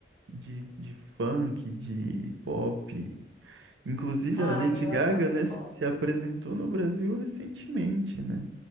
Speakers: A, on the right; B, on the left.
A: de, de funk, de pop. Inclusive
B: Ai,
A: a Lady
B: eu
A: Gaga,
B: adoro
A: né,
B: pop.
A: se, se apresentou no Brasil recentemente, né?